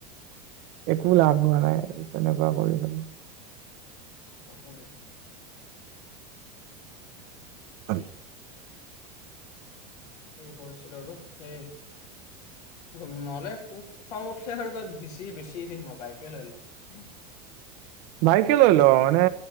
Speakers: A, on the right; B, on the left.
A: একো লাভ
B: কি
A: হোৱা
B: কবি
A: নাই তেনেকুৱা কৰি। হয়।
B: তাকেইটো।
A: হ,
B: কি কৰিছিলো আৰু হেই নহলে ত খং উঠিলে আৰু বা বেচি বেচি উঠি মই বাইকে লৈ লওঁ
A: বাইকে লৈ ল মানে